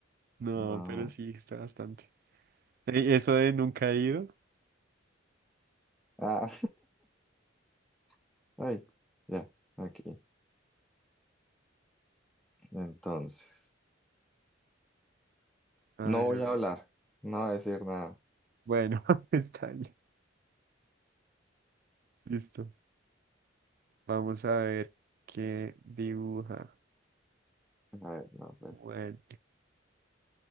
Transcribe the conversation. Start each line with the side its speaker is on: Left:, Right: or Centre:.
Right: No,
Centre: No.
Right: pero sí, está bastante. Ey, Eso de nunca he ido.
Centre: Ah, <laughs> ay, ya, aquí. Entonces,
Right: A
Centre: no
Right: ver,
Centre: voy
Right: a ver.
Centre: a hablar, no voy a decir nada.
Right: Bueno, <laughs> está bien. Listo. Vamos a ver qué dibuja.
Centre: A ver, no, pues,
Right: Bueno,